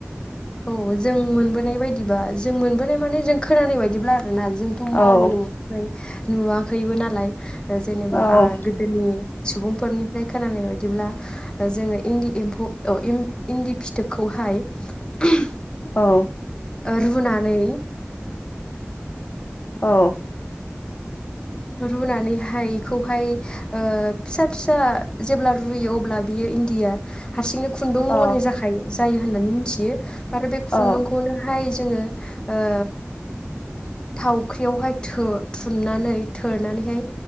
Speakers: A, on the left; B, on the left.
A: औ जों मोनबोनाय बायदिबा जों मोनबोनाय माने जों खोनानाय बायदिब्ला ना जोंथ'
B: औ
A: मावबोनो मोनाखै नुवा खैबो नालाय जेनेबा
B: औ
A: ओ गोदोनि सुबुं फोरनिफ्राय खोनानाय बायदिब्ला जोङो इन्दि एम्फौ अ इम इन्दि फिथोबखौहाय <unintelligible>
B: औ।
A: रुनानै
B: औ।
A: रुनानैहाय एखौहाय ओ फिसा फिसा जेब्ला रुयो अब्ला बियो इन्दिया हारसिंनो खुन्दुं महरनि
B: औ
A: जाखायो। जायो होननानै मिथियो। आरो बे खुन्दुंखौनोहाय
B: औ
A: जोङो ओ थावख्रियावहाय थो थुननानै थोरनानैहाय